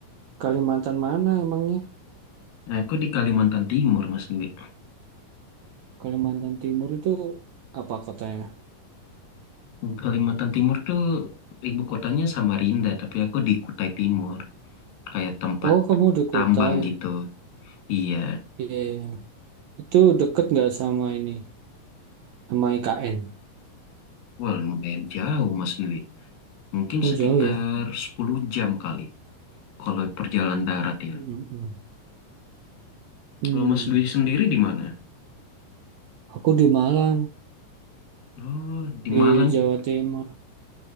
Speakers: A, on the right; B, on the left.
A: Kalimantan mana emangnya?
B: Nah, aku di Kalimantan Timur Mas Dwi.
A: Kalimantan Timur itu apa kotanya?
B: Kalimantan Timur tuh ibu kotanya Samarinda, tapi aku di Kutai Timur. kayak tempat
A: Oh, kamu di Kutai.
B: tambang gitu. Iya,
A: Iya, itu deket nggak sama ini, sama IKN?
B: wah lumayan jauh Mas Nwi. Mungkin
A: Oh,
B: sekitar
A: jauh ya.
B: 10 jam kali kalau perjalanan darat ya.
A: Mm-mm. Hmm.
B: Kalau Mas Nwi sendiri di mana?
A: Aku di Malang,
B: Oh, di Malang.
A: di Jawa Timur.